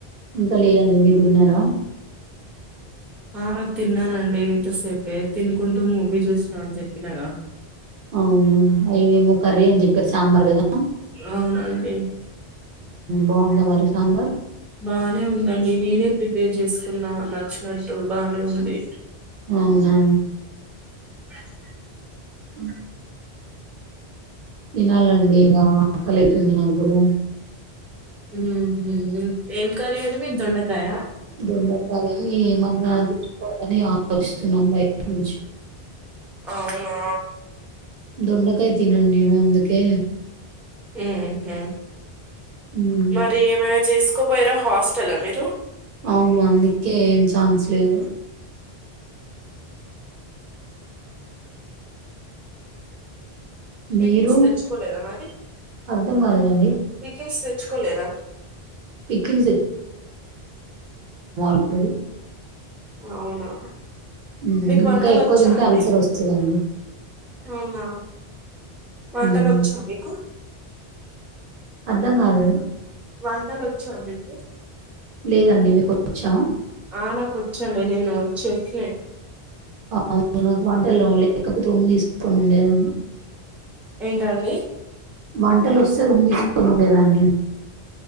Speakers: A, on the right; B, in the centre.
A: ఇంకా లేదండి మీరు తిన్నారా
B: ఆ తిన్నానండి ఇంతసేపే తినుకుంటూ మూవీ చూస్త అ అని చెప్పినార
A: అవునువును అయ్య ఏమో కర్రీ అని చెప్పారు సాంబార్ కదా
B: అవునండి
A: బాగుందా మరి సాంబార్
B: బాగానే ఉందండి నేనే ప్రిపేర్ చేసుకో న్నా నచ్చినట్టు బానే ఉంది
A: అవునా
B: ప్రస్త
A: అ తినాలండి ఇక ఆకలిైతుంది నాకూడా
B: ఉహు ఏం కర్రీ అండి మీది దొండకాయ
A: దొండకాయ మన్న దకోాలని ఆలోచిస్తున్నాం బయట నుంచి
B: అవునా
A: దొండకాయ తిన అండి నేను అందకే
B: ఉహూ
A: మ్మ్
B: మరి ఏమైనా చేసుకోపోయారా హాస్టలా మీరు
A: అవును అందుకే ఏం ఛాన్స్ లేవు
B: పికిల్స్
A: మీరు
B: తెచ్చుకోలేదా మరి
A: అర్థం కాలేదండి
B: పికిల్స్ తెచ్చుకోలేదా
A: పిక్కిల్స్ సరి
B: అవునా
A: హ్మ్
B: మీకు వంటలు
A: ఇంకా ఎక్కువ
B: ఒచ్చా
A: తింటే
B: అండి
A: అల్సర్ వస్తదండి.
B: అవునా వంటలు
A: హ్మ్
B: ఒచ్చా మీకు
A: అర్థం కాలేదు.
B: వంటలు ఒచ్చా మీకు
A: లేదండి మీకొచ్చా?
B: ఆ నాకు ఒచ్చండి నేను షెఫ్ నే
A: అవును నాకు వంటలు రావులే లేకపోతే <unintelligible> తీసుకోను లేదన్
B: ఏంటండి
A: వంటలొస్తే రూమ్ తీసుకొని ఉండేదాన్ని.